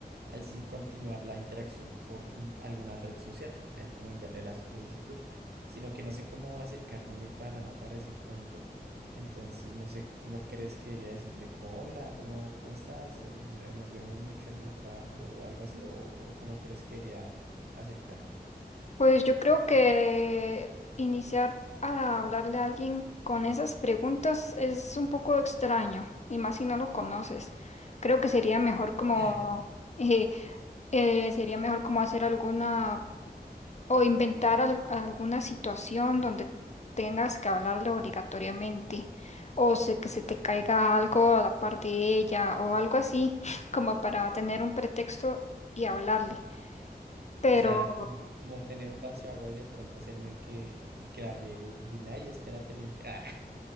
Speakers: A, on the right; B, on the left.
A: Ahí sí continuar la interacción por mm, alguna red social, ahí como enviarle la solicitud, sino que no sé cómo acercármele para no parecer tonto. Entonces no sé cómo crees que debería decirle como hola, cómo, cómo estás, Eh, eh, nos vemos mucho en el trabajo o algo así, o, o cómo crees que debería acercármele.
B: Pues yo creo que iniciar a hablarle a alguien con esas preguntas es un poco extraño, y más si no lo conoces. Creo que sería mejor como
A: <laughs>
B: eh, eh, sería mejor como hacer alguna O inventar al- alguna situación donde tengas que hablarle obligatoriamente, o se- que se te caiga algo a la par de ella, o algo así, <laughs> como para tener un pretexto y hablarle. Pero,
A: O sea, como, como tener un vaso de agua y de pronto hacerme el que, el que la riego y decirle, ay, espérate limpia.